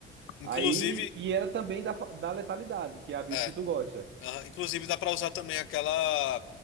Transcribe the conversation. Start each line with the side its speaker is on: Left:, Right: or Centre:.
Left: Inclusive,
Right: Aí, e era também da, fa- da letalidade, que é a build
Left: é,
Right: que tu gosta.
Left: aham, inclusive dá pra usar também aquela